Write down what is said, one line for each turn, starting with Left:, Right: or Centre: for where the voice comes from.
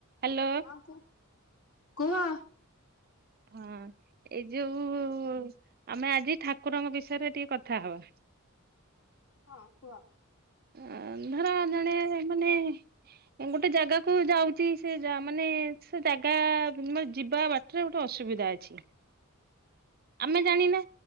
Right: Hello.
Left: ହଁ କୁହ।
Right: ହଁ ଏଇ ଯୋଉ ଆମେ ଆଜି ଠାକୁରଙ୍କ ବିଷୟରେ ଟିକେ କଥା ହବା।
Left: ହଁ କୁହ।
Right: ଅ ଧର ଜଣେ ମାନେ ଗୋଟେ ଜାଗାକୁ ଯାଉଚି ସେ ଜା ମାନେ ସେ ଜାଗା ବୁନେ ଯିବା ବା ଟ୍ରେ ଗୋଟେ ଅସୁବିଧା ଅଛି। ଆମେ ଜାଣିନେ